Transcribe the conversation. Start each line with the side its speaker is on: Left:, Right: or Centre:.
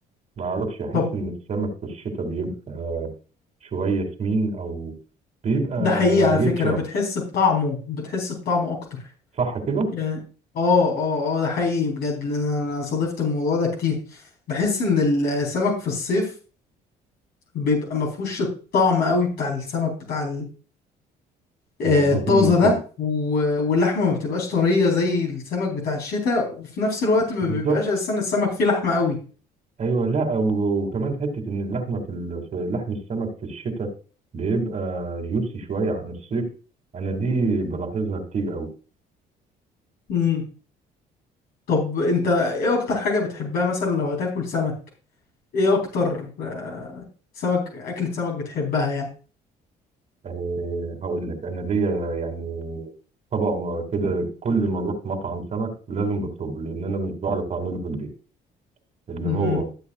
Right: ما أعرفش أحس
Left: طب
Right: إن السمك في الشتاء بيبقى شوية سمين أو بيبقى
Left: ده حقيقي على
Right: ريتش
Left: فكرة
Right: أكتر
Left: بتحس بطعمه بتحس بطعمه اكتر
Right: صح كده؟
Left: يعني اه اه اه ده حقيقي بجد لأن انا أنا صادفت الموضوع ده كتير بحس ان السمك في الصيف بيبقى مفهوش الطعم قوي بتاع السمك بتاع آه،
Right: أنا أظن
Left: طازة
Right: كده
Left: ده و- واللحمة ما بتبقاش طرية زي السمك بتاع الشتاء وفي نفس الوقت ما
Right: بالظبط
Left: بيبقاش أساسا السمك فيه لحمة قوي
Right: ايوه لا و- وكمان حته ان اللحمه في ال- في لحم السمك في الشتاء بيبقى جوسي شويه عن الصيف انا دي بلاحظها كتير قوي
Left: امم طب أنت إيه أكتر حاجة بتحبها مثلا لو هتاكل سمك؟ إيه أكتر آه، سمك أكلة سمك بتحبها يعني؟
Right: أه هقول لك انا ليا يعني طبق كده كل ما اروح مطعم سمك لازم بطلبه لان انا مش بعرف اعمله في البيت اللي
Left: امم
Right: هو